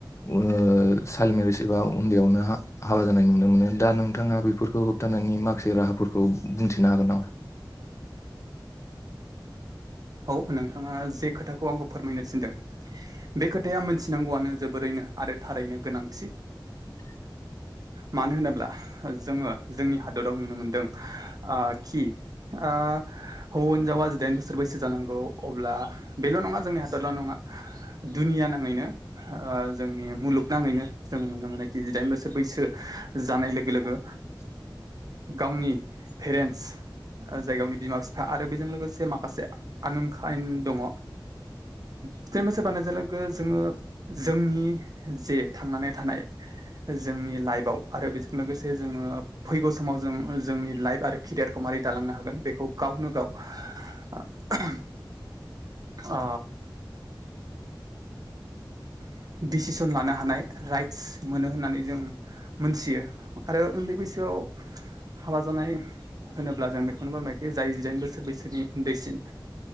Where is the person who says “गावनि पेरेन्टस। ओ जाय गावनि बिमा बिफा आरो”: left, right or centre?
Right